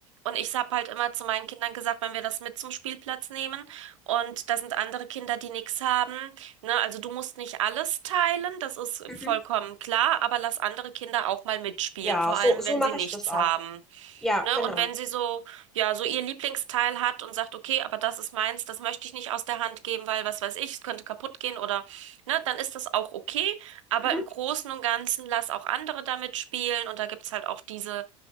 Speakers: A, on the right; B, in the centre.
A: Und ich habe halt immer zu meinen Kindern gesagt, wenn wir das mit zum Spielplatz nehmen und da sind andere Kinder, die nichts haben, ne? Also du musst nicht alles teilen, das ist
B: Mhm.
A: vollkommen klar, aber lass andere Kinder auch mal mitspielen,
B: Ja,
A: vor
B: so,
A: allem
B: so
A: wenn
B: mache
A: sie nichts
B: ich das auch.
A: haben.
B: Ja,
A: Ne?
B: genau.
A: Und wenn sie so, ja, so ihr Lieblingsteil hat und sagt, okay, aber das ist meins, das möchte ich nicht aus der Hand geben, weil was weiß ich, es könnte kaputt gehen oder, ne, dann ist das auch okay. Aber
B: Mhm.
A: im Großen und Ganzen lass auch andere damit spielen und da gibt's halt auch diese